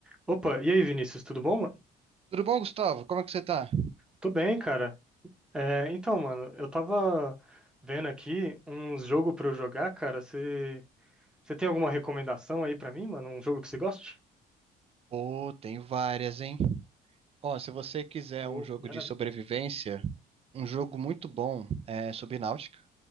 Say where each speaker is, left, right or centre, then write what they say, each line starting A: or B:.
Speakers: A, in the centre; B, on the right.
A: Opa, e aí, Vinícius, tudo bom, mano?
B: Tudo bom, Gustavo? Como é que você tá?
A: Tô bem, cara. É, então, mano, eu tava vendo aqui uns jogos pra eu jogar, cara. Você tem alguma recomendação aí pra mim, mano? Um jogo que você goste?
B: Pô, tem várias, hein? Ó, se você quiser
A: Oh,
B: um jogo
A: maravilha.
B: de sobrevivência, um jogo muito bom é Subnáutica.